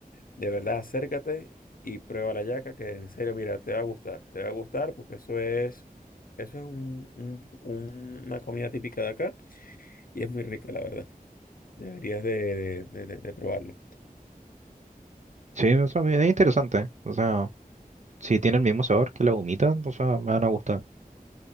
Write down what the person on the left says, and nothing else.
de verdad acércate y prueba la hallaca. que en serio, mira, te va a gustar, te va a gustar porque eso es, eso es un- un- un- una comida típica de acá y es muy rica, la verdad. Deberías de, de- de- de- de probarlo.